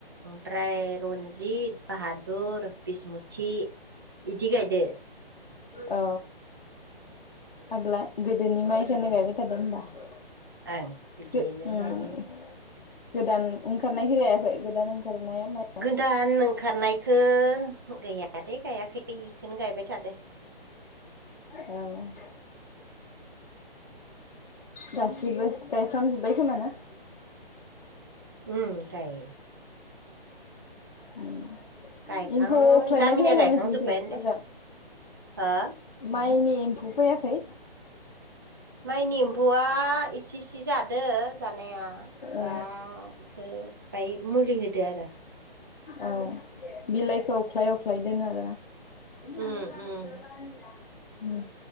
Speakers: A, on the right; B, on the left.
A: ओमफ्राय रन जित, बाहादुर, बिसमुथि इदि गायदों।
B: औ। आग्ला गोदोनि माइखौनो गायबाय थादो होमबा। <unintelligible>
A: ओं बिदिनो
B: उम
A: गायो
B: गोदान ओंखारनायखौ जायाखै गोदान ओंखारनाया मा
A: दान ओंखारनायखौ गैया दे गायाखै बेखौनो गायबाय थादो।
B: औ। गासिबो गायफ्रामजोब्बाय खोमा ना?
A: उम गाय
B: उम।
A: गायखां
B: एम्फौ अख्लायनाय
A: गामिनिया
B: फैयाखै
A: गायखांजोब्बायानो
B: नोंसिनिथिं ओजों?
A: दे हो
B: माइनि एम्फौ फैयाखै?
A: मायनि इम्फौआ इसे इसे जादो‌ जानाया
B: औ
A: दा एखो बाय मुलि होदो आरो।
B: औ बिलाइखौ अख्लाय अख्लाय दोनो आरोना। <unintelligible>
A: उम उम
B: उम